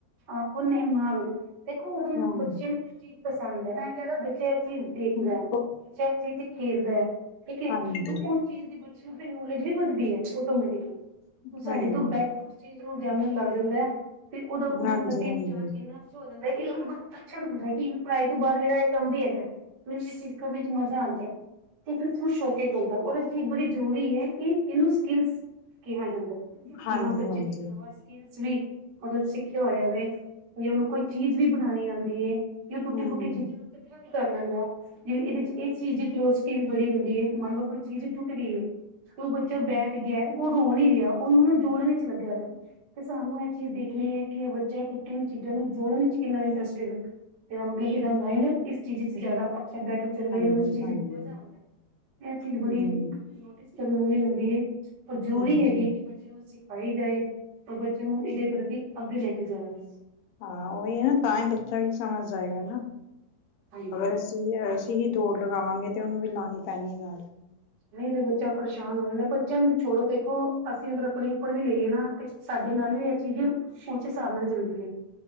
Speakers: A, on the right (about 75°); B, on the left (about 80°).
A: ਆਪਨੇ ਮਾਰੋ ਦੇਖੋ ਹੁਣ
B: ਹਮ
A: ਬੱਚੇ ਨੂੰ ਇਹ ਚੀਜ਼ ਪਸੰਦ ਹੈ ਬੱਚੇ ਇਹ ਚੀਜ਼ ਦੇਖਦਾਂ
B: ਹਮ
A: ਬੱਚੇ ਇਹ ਚੀਜ਼ ਖੇਲਦਾ ਹੈ ਕਿਉਂਕਿ
B: ਹਾਂਜੀ
A: ਉਸ ਚੀਜ਼ ਦੀ ਬੱਚੇ ਨੂੰ ਫਿਰ ਨੌਲੇਜ ਵੀ ਵੱਧਦੀ ਹੈ ਆਟੋਮੈਟਿਕਲੀ ਉਹ
B: ਹਾਂਜੀ
A: ਸਾਡੇ ਤੋਂ ਬੈਠ ਚੀਜ਼ ਨੂੰ ਜਾਨਨ ਲੱਗ ਜਾਂਦਾ ਹੈ ਤੇ ਉਹਦਾ ਉਹਦੇ
B: ਹਾਂਜੀ-ਹਾਂਜੀ,
A: ਪ੍ਰਤੀ ਵਿਚਾਰ ਇੰਨਾ ਹੋ ਜਾਂਦਾ ਕਿ ਬ ਅੱਛਾ ਮਿਲਦਾ ਹੈ ਕਿ ਪੜਾਈ ਤੋਂ ਬਾਦ ਮੇਰਾ ਇਹ ਕੰਮ ਵੀ ਹੈਗਾ ਉਸ ਚੀਜ਼ ਕਰਨ ਚ ਮਜ਼ਾ ਆਉਂਦਾ ਇਧਰ ਖੁਸ਼ ਹੋ ਕੇ ਪਾਉਦਾ ਇਹ ਚੀਜ਼ ਬੜੀ ਜ਼ਰੂਰੀ ਹੈ ਇਹਨੂੰ ਸਕੀਲਸ ਕਿਹਾ ਜਾਂਦਾ
B: ਹਾਂਜੀ-ਹਾਂਜੀ,
A: ਕਿ ਹਾਂ ਬੱਚੇ ਨੇ ਇੱਕ ਨਵਾਂ <unintelligible> ਸਕਿਲਸ ਵੀ, ਮਤਲਬ ਸਿੱਖਿਆ ਹੋਇਆ ਹੋਵੇ ਜੇ ਉਹਨੂੰ ਕੋਈ ਚੀਜ਼ ਵੀ ਬਣਾਉਣੀ ਆਉਂਦੀ ਹੈ ਵੀ ਉਹ ਟੁੱਟੀ
B: ਹੂੰ,
A: ਫੁੱਟੀ ਚੀਜ਼ਾਂ ਨੂੰ ਕਿੱਥੇ ਵੀ ਕਰ ਲੈਂਦਾ ਵ ਜਿਵੇ ਇਹਦੇ 'ਚ ਇਸ ਚੀਜ਼ ਦੀ ਥ ਪੀੜ ਬੜੀ ਹੁੰਦੀ ਹੈ ਮੰਨ ਲਉ ਕੋਈ ਚੀਜ਼ ਟੁਟ ਗਈ ਹੈ ਤੇ ਉਹ ਬੱਚਾ ਬੈਠ ਗਿਆ ਉਹ ਰੋ ਨੀ ਰਿਹਾ ਉਹਨੂੰ ਨਾ ਜੋੜਨ ਚ ਲੱਗਿਆ ਵਾ ਤੇ ਸਾਨੂੰ ਇਹ ਚੀਜ਼ ਦੇਖਣੀ ਹੈ ਕਿ ਬੱਚੇ ਟੁਟੀ ਹੋਈ ਚੀਜ਼ਾਂ ਨੂੰ ਜੋੜਨ ਵਿਚ ਕਿੰਨਾ ਇੰਟਰਸਟਿਡ ਹੈ ਇਹਦਾ ਮਤਲਬ ਇਹਦਾ ਮਾਇੰਡ ਇਸ ਚੀਜ਼ ਜਿਆਦਾ ਅਬਸੈਟ <unintelligible> ਚੱਲ ਰਿਨੂੰ
B: ਹਾਂਜੀ-ਹਾਂਜੀ,
A: ਚੀਜ਼ ਇਹ ਚੀਜ਼
B: ਹੂੰ,
A: ਬੜੀ ਨੋਟਿਸ ਕਰਨ ਵਾਲੀ ਹੁੰਦੀ ਹੈ ਪਰ ਜਰੂਰੀ
B: ਹੂੰ-ਹੂੰ,
A: ਹੈਗੀ ਕਿ ਬੱਚੇ ਨੂੰ ਸਿਖਾਈ ਜਾਏ ਤੇ ਬੱਚੇ ਨੂੰ ਇਹਦੇ ਪ੍ਰਤੀ ਅੱਗੇ ਲੈ ਕੇ ਜਾਇਆ ਜਾਏ
B: ਹਾਂ ਉਹੀ ਹੈ ਨਾ ਤਾਂ ਹੀ ਬੱਚਾ ਵੀ ਸਮਝ ਆਏਗਾ ਨਾ,
A: ਹਾਂਜੀ
B: ਅਗਰ ਅਸੀਂ ਅ ਅਸੀਂ ਹੀ ਦੋੜ ਲਗਾਵਾਂਗੇ ਤੇ ਉਹਨੂੰ ਵੀ ਲਾਉਣੀ ਪੈਣੀ ਨਾਲ
A: ਨਹੀਂ ਤੇ ਬੱਚਾ ਪਰੇਸ਼ਾਨ ਹੋ ਜਾਂਦਾ ਬੱਚੇ ਨੂੰ ਛੋੜੋ ਦੇਖੋ ਅਸੀਂ ਅਗਰ ਆਪਣੇ ਉਪਰ ਵੀ ਲਈਏ ਨਾ ਤੇ ਸਾਡੇ ਨਾਲ ਵੀ ਇਹ ਚੀਜ਼ਾ ਉਸੇ ਹਿਸਾਬ ਨਾਲ ਚੱਲਦੀ ਹੈ